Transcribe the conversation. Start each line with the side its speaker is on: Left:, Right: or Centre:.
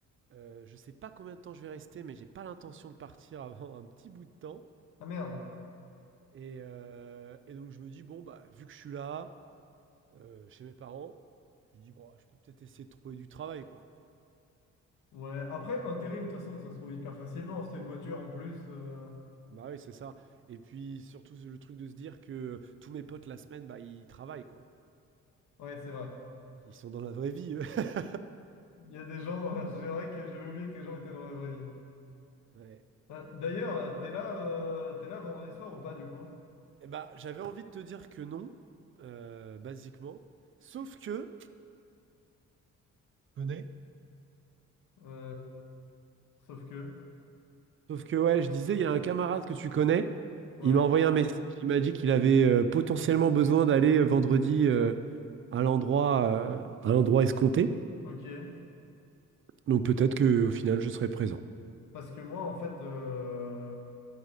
Right: Euh, je sais pas combien de temps je vais rester, mais j'ai pas l'intention de partir <laughs> avant un petit bout de temps.
Left: Ah merde.
Right: Et, euh, et donc je me dis, bon, bah, vu que je suis là, euh, chez mes parents, je dis, bon, je peux peut-être essayer de trouver du travail, quoi.
Left: Ouais, après, intérim, de toute façon, ça se trouve hyper facilement. Si t'as une voiture en plus. euh,
Right: Bah oui, c'est ça. Et puis surtout le truc de se dire que tous mes potes la semaine, bah, ils travaillent, quoi.
Left: Ouais, c'est vrai.
Right: Ils sont dans la vraie vie, eux. <laughs>
Left: Il y a des gens dans la... <laughs> C'est vrai que j'avais oublié que les gens étaient dans la vraie vie.
Right: Ouais.
Left: Euh, D'ailleurs, euh, t'es là, euh, t'es là vendredi soir ou pas du coup?
Right: Eh ben, j'avais envie de te dire que non, euh, basiquement. Sauf que, connais?
Left: Euh, sauf que.
Right: sauf que ouais, je disais, il y a un camarade que tu connais.
Left: Ouais,
Right: Il m'a envoyé un message. Il m'a dit qu'il avait euh, potentiellement besoin d'aller euh, vendredi euh, à l'endroit, euh, à l'endroit escompté.
Left: ok.
Right: Donc peut-être que au final, je serai présent.
Left: Parce que moi, en fait, euh,